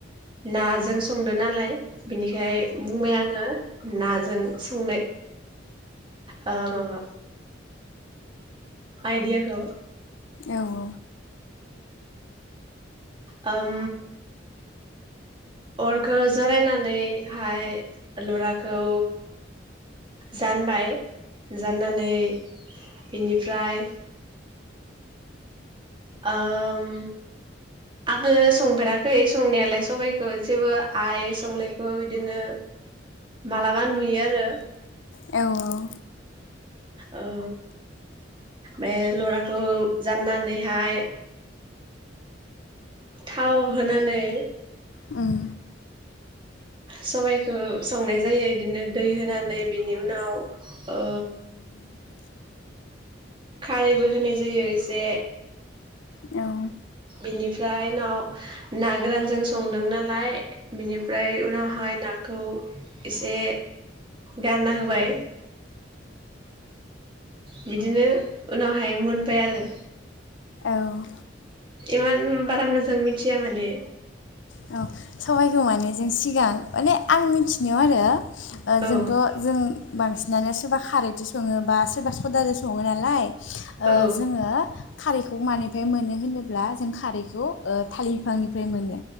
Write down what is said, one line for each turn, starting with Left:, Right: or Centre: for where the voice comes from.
Right: नाजों संदो नालाय बिनिखाय बुंबाय आंङो। नाजों संनाय ओ माबा आइडियाखौ
Left: औ औ
Right: ओम अरखो जरायनानैहाय लराखौ जानबाय जाननानै बिनिफ्राय ओम आंङो संफेराखै संनायालाय सबाइखौ जेबो आइ संनायखौ बिदिनो मालाबा नुयो आरो।
Left: औ औ
Right: ओ बे लराखौ जाननानैहाय थाव होनानै
Left: ओम
Right: सबाइखौ संनाय जायो इदिनो दै होनानै बेनि उनाव ओ खारैबो होनाय जायो एसे
Left: औ
Right: बेनिफ्राय उनाव ना गोरानजों संदों नालाय बिनिफ्राय उनावहाय नाखौ एसे गारना होबाय बिदिनो उनावहाय मोनबाय आरो
Left: औ
Right: इमान बारा मोजां मिथिया माने
Left: औ सबाइखौ माने जों सिगां माने आं मिथिनायाव आरो ओ
Right: औ
Left: जोंथ' जों बांसिनानो सोरबा खारैजों सङो बा सोरबा सदाजों सङो नालाय ओ
Right: औ
Left: जोङो खारैखौ मानिफ्राय मोनो होनोब्ला जों खारैखौ ओ थालिर बिफांनिफ्राय मोनो